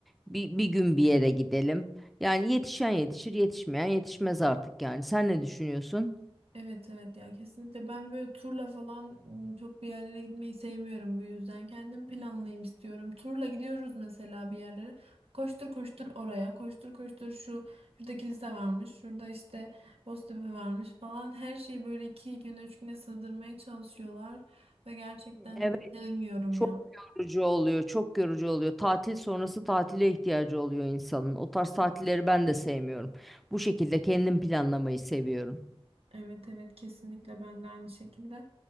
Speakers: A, in the centre; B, on the right.
A: Bir, bir gün bir yere gidelim. Yani yetişen yetişir yetişmeyen yetişmez artık yani. Sen ne düşünüyorsun?
B: Evet evet ya kesinlikle ben böyle turla falan ım, çok bir yerlere gitmeyi sevmiyorum bu yüzden kendim planlayayım istiyorum. Turla gidiyoruz mesela bir yerlere. Koştur koştur oraya, koştur koştur şu şurada kilise varmış, şurada işte Boztepe varmış falan. Her şeyi böyle iki güne üç güne sığdırmaya çalışıyorlar ve gerçekten
A: Evet
B: sevmiyorum
A: çok
B: ya.
A: yorucu oluyor çok yorucu oluyor. Tatil sonrası tatile ihtiyacı oluyor insanın. O tarz tatilleri ben de sevmiyorum. Bu şekilde kendim planlamayı seviyorum.
B: Evet evet kesinlikle ben de aynı şekilde